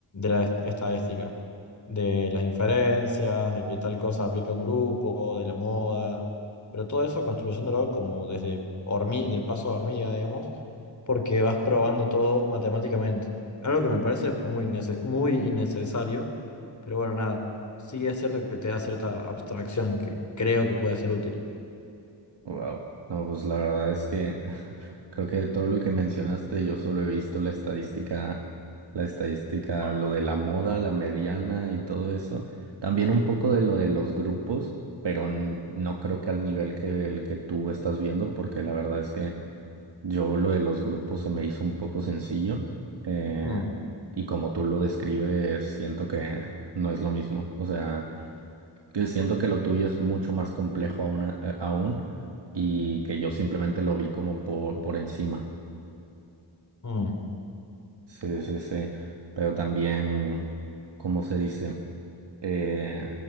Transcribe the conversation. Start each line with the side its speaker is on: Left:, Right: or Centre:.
Left: la est- estadística, de las inferencias, de que tal cosa aplica a un grupo, de la moda, pero todo eso construyéndolo como desde hormi- de paso a hormiga, digamos, porque vas probando todo matemáticamente. Algo que me parece muy, nece- muy innecesario, pero bueno, nada, sí es cierto que te da cierta abstracción que creo que puede ser útil.
Right: Wow. No, pues la verdad es que <laughs> creo que de todo lo que mencionaste, yo solo he visto la estadística, la estadística, lo de la moda, la mediana y todo eso. También un poco de lo de los grupos, pero n- no creo que al nivel que el que tú estás viendo, porque la verdad es que yo lo de los grupos se me hizo un poco sencillo. eh,
Left: Mm,
Right: y como tú lo describes, siento que no es lo mismo. O sea, que siento que lo tuyo es mucho más complejo aún, a- aún y que yo simplemente lo vi como por, por encima.
Left: mm.
Right: Sí, sí, sí. Pero también, ¿cómo se dice? Eh,